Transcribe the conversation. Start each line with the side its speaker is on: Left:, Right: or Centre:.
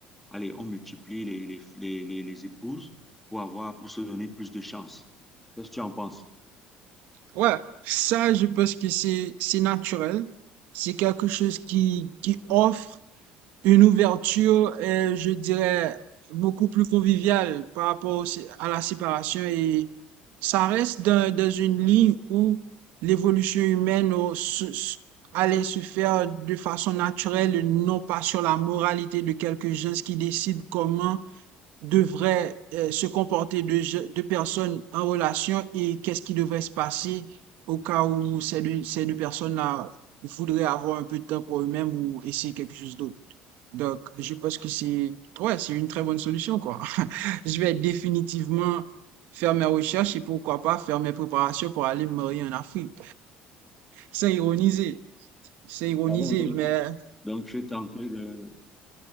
Centre: allez, on multiplie les, les, les, les les épouses pour avoir, pour se donner plus de chances. Qu'est-ce que tu en penses?
Right: Ouais, ça, je pense que c'est, c'est naturel. C'est quelque chose qui, qui offre une ouverture, euh, je dirais, beaucoup plus conviviale par rapport au sé- à la séparation et ça reste dans, dans une ligne où l'évolution humaine au- se- se- allait se faire de façon naturelle, non pas sur la moralité de quelques gens qui décident comment devrait euh, se comporter deux, je- deux personnes en relation et qu'est-ce qui devrait se passer au cas où ces deux, ces deux personnes-là voudraient avoir un peu de temps pour eux-mêmes ou essayer quelque chose d'autre. Donc, je pense que c'est, ouais, c'est une très bonne solution, quoi. <laughs> Je vais définitivement faire mes recherches et pourquoi pas faire mes préparations pour aller me marier en Afrique. Sans ironiser, sans ironiser,
Centre: Ah bon, donc,
Right: mais
Centre: donc je suis tenté de...